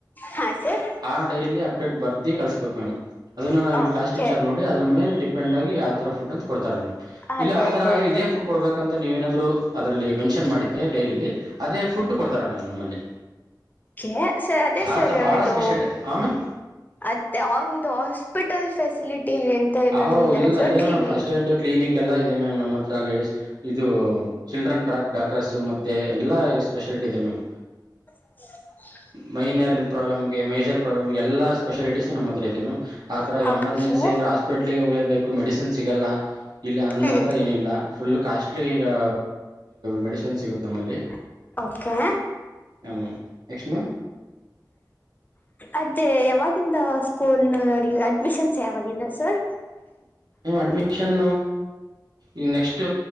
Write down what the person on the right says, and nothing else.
ಆ ಡೈರಿಲಿ ಅಪ್ಡೇಟ್ ಬರ್ದಿ ಕಳಸ್ಬೇಕು ಮ್ಯಾಮ್ ಅನ್ನು ನಾವುಲ್ಲಿ
ಕ್ಾಸ್ ಟೀಚರ್ೋಡಿ ಅದರೇ ಡಿಪೆಂಡ ಆಗ ಯಾವ ಥರ ುಡ್ ಅಂತ ಕೊಡ್ತಾರೆ್ಯಾಮ್
ಇಲ್ಲ ಆ ತರ
ನೆ
ಇದೇ ಫುಡ್ ಕೊಡ್ಬೇಕಂತ ನೀವೇಏನಾದ್ರು ಅದ್ರಲ್ಲಿ ಮೆನ್ಷನ್ ಮಾಡಿದ್ದೆ ಡೈರಿಲಿ ಅದೇ ಫುಡ್ ಕೊಡ್ತಾರಾ ಮ್ಯಾಮ್ ನಮ್ಮಲ್ಲಿ
ಆತ ಭಾಳ
ಸ್ಪೆಷಲ್ ಹಾಂ ಮ್ಯಾಮ್
ಹ್
ಇಲ್ಲ
ಇದೆ
ma'am first aid clinic ಎಲ್ಲಾ ಇದೆ ಮ್ಯಾಮ್ ನಮ್ಮ ಹತ್ರ ಲೇಡಿಸಸ್ ಇದು ಚಿಡ್ರನ್ ಡ್ರಾಕ್ ಡಾಕ್ಟರ್ಸ್ ಮತ್ತೆ ಎಲ್ಲ ಸ್ಪೆಷಾಲಿಟಿ ಇದೆ ಮ್ಯಾಮ್
ಮೈನರ್ ಪ್ರಾಬ್ಲಮ್ಗೆ ಮೇಜರ್ ಪ್ರಾಬ್ಲಮ್ಗೆ ಎಲ್ಲ ಸ್ಪೆಷಾಲಿಟೀಸ್ ನಮ್ಮ ಹತ್ರ ಇದೆ ಮ್ಯಾಮ್ ಆ
ರ ಎಮರ್ಜೆನ್ಸಿ ಅಂದೆ ಆಸ್ ಹೋಗಲೇಬೇಕು ಮೆಡಿಸಿನ್ ಸಿಗಲ್ಲ ಇಲ್ಲ ಅನ್ನ
ಹತ್ರ ಏನಿಲ್ಲ ಫುಲ್ ಕಾಸ್ಟ್ಲಿ ಇದು ಮೆಡಿಸಿನ್ ಸಿಗುತ್ತೆ ನಮ್ಮಲ್ಲಿ
ಹ ಎಕ್ಸ್ಟ್ ಮ್
ಮ್ ಅಡ್ಮಿಷನ್ ಈ ನೆಕ್ಸ್ಟ್